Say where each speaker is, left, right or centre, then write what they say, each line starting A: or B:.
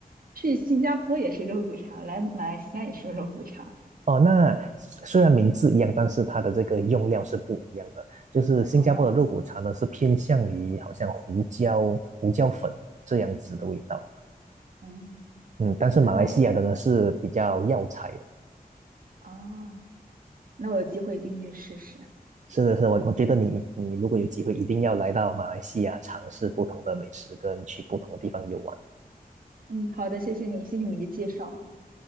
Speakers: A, on the right (about 65°); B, on the right (about 50°).
A: 去新加坡也是肉骨茶，来马来西亚也是肉骨茶。
B: 哦，那虽然名字一样，但是它的这个用料是不一样的。就是新加坡的肉骨茶呢，
A: 哦，
B: 是偏向于好像胡椒、胡椒粉这样子的味道。
A: 嗯
B: 嗯，但是马来西亚的呢是比较药材的。
A: 然后啊，那我有机会一定去试试。
B: 是的，是的，我我觉得你你如果有机会，一定要来到马来西亚尝试不同的美食，跟去不同的地方游玩。
A: 嗯，好的，谢谢你，谢谢你的介绍。